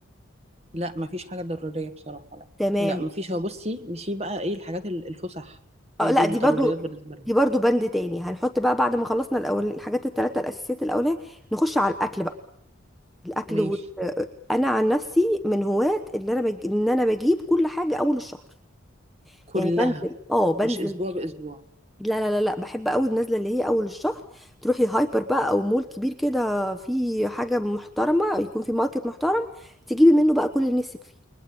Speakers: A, on the right (about 30°); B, in the centre.
A: لا مفيش حاجه ضروريه بصراحه لا
B: تمام
A: لا مفيش هو بصي مشي بقى ايه الحاجات ال- الفسح
B: اه
A: هي
B: لا
A: دي الضروريات
B: دي برضو
A: بالنسبه لنا
B: دي برضو بند تاني هنحط بقى بعد ما خلصنا الاول الحاجات الثلاثه الاساسيات الاولانيه نخش على الاكل بقى الاكل
A: ماشي
B: وال... انا عن نفسي من هواة اللي انا بج... ان انا بجيب كل حاجه اول الشهر
A: كلها
B: يعني بنزل اه بنزل
A: مش اسبوع باسبوع
B: لا لا لا لا بحب قوي النزله اللي هي اول الشهر تروحي هايبر بقى او مول كبير كده في حاجه محترمه يكون في ماركت محترم تجيبي منه بقى كل اللي نفسك فيه